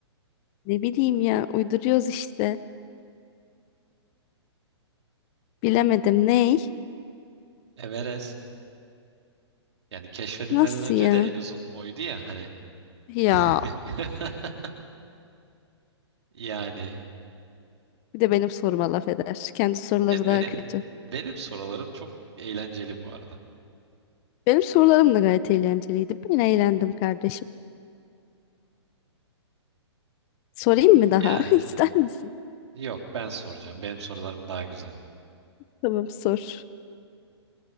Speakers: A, on the left (about 30°); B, on the right (about 70°).
A: Ne bileyim ya uyduruyoruz işte. Bilemedim ney?
B: Everest Yani keşfedilmeden
A: Nasıl
B: önce
A: ya?
B: de en uzun oydu ya hani.
A: Ya
B: <laughs> Yani
A: bir de benim soruma laf eder. Kendi soruları
B: ya
A: daha
B: benim
A: kötü.
B: benim sorularım çok eğlenceli bu arada.
A: Benim sorularım da gayet eğlenceliydi. Ben eğlendim kardeşim. Sorayım mı daha?
B: Ya
A: <laughs> İster misin?
B: yok ben soracağım. Benim sorularım daha güzel.
A: Tamam sor.